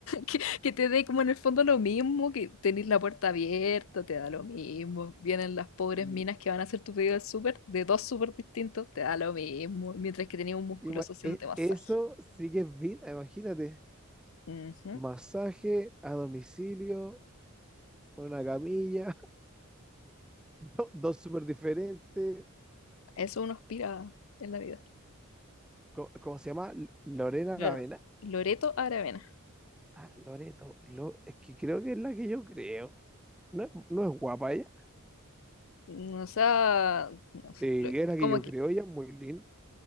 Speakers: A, on the left; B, in the centre.
A: Que, que te dé como en el fondo lo mismo, que tenés la puerta abierta, te da lo mismo. Vienen las pobres
B: L-
A: minas que van a hacer tu pedido del súper, de dos súper distintos, te da lo mismo. Mientras que tenías un musculoso
B: ima-
A: haciéndote
B: e-
A: masaje.
B: Eso sí que es vida, imagínate.
A: Ujú.
B: Masaje a domicilio, con una camilla, <laughs> do- dos súper diferentes.
A: Eso uno aspira en la vida.
B: Co- ¿Cómo, se llama? L- Lorena
A: Lo-
B: Lavena.
A: Loreto Aravena.
B: Ah, Loreto. Lo- es que creo que es la que yo creo. ¿No es, no es guapa ella?
A: no, O sea, no sé,
B: Sí,
A: lo-
B: es la que
A: como
B: yo
A: que,
B: creo, ella es muy linda.